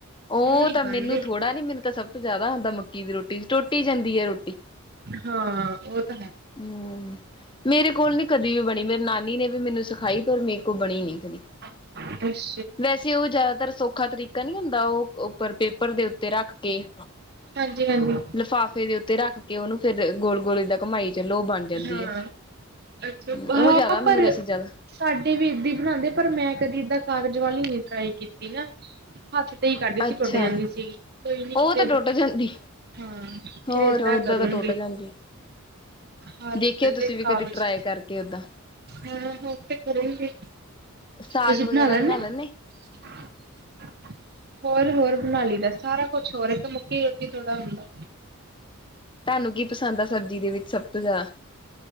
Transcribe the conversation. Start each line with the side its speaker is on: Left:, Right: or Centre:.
Left: ਉਹ
Right: ਨੀ
Left: ਤਾਂ
Right: ਪਾਂਦੇ
Left: ਮੈਨੂੰ ਥੋੜਾ ਨੀ, ਮੈਨੂੰ ਤਾਂ ਸਭ ਤੋਂ ਜਿਆਦਾ ਹੁੰਦਾ ਮੱਕੀ ਦੀ ਰੋਟੀ ਟੁੱਟ ਈ ਜਾਂਦੀ ਐ ਰੋਟੀ।
Right: ਹਾਂ, ਉਹ ਤਾਂ ਹੈ।
Left: ਹੂੰ। ਮੇਰੇ ਕੋਲ ਨੀ ਕਦੀ ਵੀ ਬਣੀ ਮੇਰੀ ਨਾਨੀ ਨੇ ਵੀ ਮੈਨੂੰ ਸਿਖਾਈ ਪਰ ਮੇਰੇ ਕੋਲ ਬਣੀ ਨੀ ਕਦੀ।
Right: <unintelligible>
Left: ਵੈਸੇ ਉਹ ਜਿਆਦਾਤਰ ਸੌਖਾ ਤਰੀਕਾ ਨੀ ਹੁੰਦਾ ਉਹ ਉੱਪਰ ਪੇਪਰ ਦੇ ਉੱਤੇ ਰੱਖ ਕੇ।
Right: ਹਾਂਜੀ-ਹਾਂਜੀ।
Left: ਲਿਫਾਫੇ ਦੇ ਉੱਤੇ ਰੱਖ ਕੇ ਉਹਨੂੰ ਫੇਰ ਗੋਲ-ਗੋਲ ਏਦਾ ਘੁਮਾਈ ਚਲੋ ਓ ਬਣ ਜਾਂਦੀ
Right: ਹਾਂ,
Left: ਆ।
Right: ਅੱਛਾ,
Left: ਉਹ
Right: ਹਾਂ
Left: ਜ਼ਿਆਦਾ ਮੈਨੂੰ
Right: ਪਰ
Left: ਵੈਸੇ ਜ਼ਿਆਦਾ
Right: ਸਾਡੇ ਵੀ ਏਦੇ ਈ ਬਣਾਂਦੇ ਪਰ ਮੈਂ ਕਦੀ ਏਦਾਂ ਕਾਗਜ਼ ਵਾਲੀ ਨੀ ਟਰਾਈ ਕੀਤੀ ਨਾ, ਹੱਥ ਤੇ ਈ ਕਰਦੀ
Left: ਅੱਛਾ
Right: ਸੀ ਟੁੱਟ ਜਾਂਦੀ ਸੀ, ਕੋਈ ਨੀ
Left: ਉਹ
Right: ਕਿਤੇ
Left: ਤਾਂ ਟੁੱਟ ਜਾਂਦੀ।
Right: ਹਾਂ,
Left: ਹੋਰ
Right: ਫਿਰ ਏਦਾਂ
Left: ਓਦਾਂ
Right: ਕਰੂੰਗੀ।
Left: ਤਾਂ ਟੁੱਟ ਜਾਂਦੀ
Right: ਹੱਥ
Left: ਦੇਖਿਓ ਤੁਸੀਂ
Right: ਤੇ
Left: ਵੀ
Right: ਕਾਗਜ਼
Left: ਕਦੀ ਟਰਾਈ ਕਰਕੇ ਓਦਾਂ।
Right: ਹਾਂ ਹੋਰ ਤੇ ਕਰੂੰਗੀ।
Left: ਸਾਗ
Right: ਤੁਸੀਂ
Left: ਵਗੈਰਾ
Right: ਲੈਂਦੇ?
Left: ਬਣਾ ਲੈਣੇ।
Right: <inaudible> ਹੋਰ-ਹੋਰ ਬਣਾ ਲਈ ਦਾ ਸਾਰਾ ਕੁਛ ਹੋਰ ਇੱਕ ਮੱਕੀ ਰੋਟੀ ਥੋੜਾ ਹੁੰਦਾ।
Left: ਤੁਹਾਨੂੰ ਕੀ ਪਸੰਦ ਆ ਸਬਜ਼ੀ ਦੇ ਵਿੱਚ ਸਭ ਤੋਂ ਜੈਦਾ।